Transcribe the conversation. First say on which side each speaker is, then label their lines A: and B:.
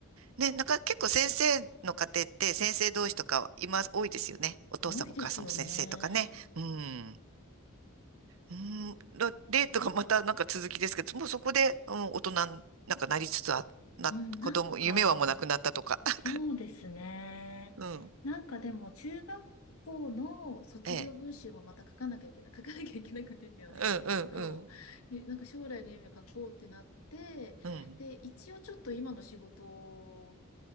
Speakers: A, on the right; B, on the left.
A: ね、なんか結構先生の家庭って先生同士とか今多いですよね。お父さんもお母さんも先生とかね。
B: 多いですよね。
A: うん。うん、だデートがまたなんか続きですけど、もうそこで、うん、大人になんかなりつつあ、な、
B: うん、なんか、
A: 子供、夢はもうなくなったとか。<laughs>
B: そうですね。
A: かうん。
B: なんかでも、中学校の卒業文集もまた書かなきゃいけない、
A: ええ。
B: <laughs> 書かなきゃいけなくてっていうのも変なんですけど、
A: うんうんうん。
B: えなんか将来の夢を書こうってなって、
A: うん。
B: で、一応ちょっと今の仕事